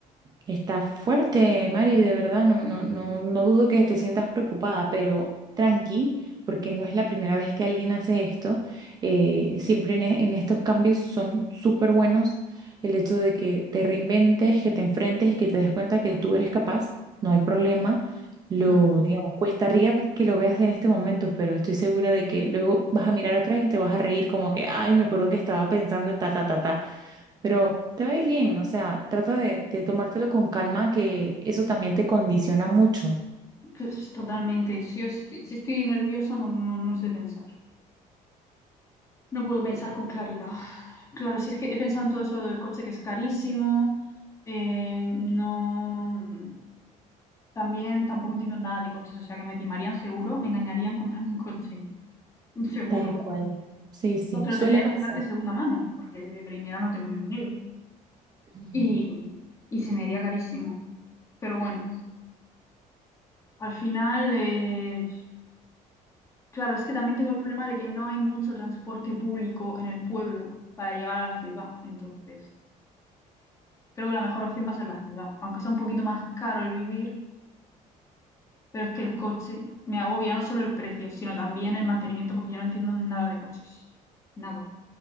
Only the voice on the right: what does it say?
Está fuerte, Mari, de verdad, no, no, no, no dudo que te sientas preocupada, pero tranqui, porque no es la primera vez que alguien hace esto. Eh, siempre en, e- en estos cambios son súper buenos el hecho de que te reinventes, que te enfrentes y que te des cuenta que tú eres capaz, no hay problema. Lo,
digamos, cuesta arriba que lo veas en este momento, pero estoy segura de que luego vas a mirar atrás y te vas a reír como que, ay, me acuerdo que estaba pensando ta, ta, ta, ta. Pero te va a ir bien, o sea, trata de, de tomártelo con calma, que eso también te condiciona mucho.
Tal cual. Sí, sí,
suele
pasar.
Mm,